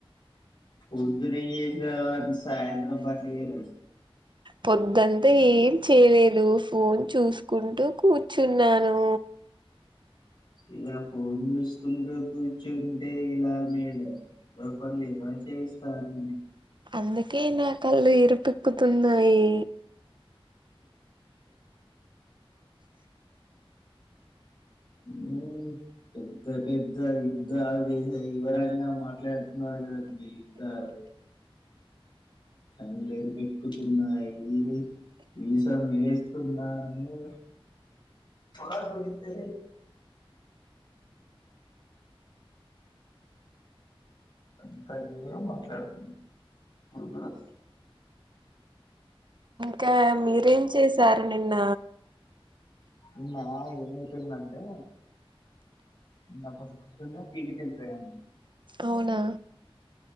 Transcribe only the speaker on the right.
పొద్దంతా ఏం చేయలేదు ఫోన్ చూసుకుంటూ కూర్చున్నాను.
అందుకే నా కళ్ళు ఎరుపేక్కుతున్నాయి.
కా మీరేం చేసారని నిన్న
అవునా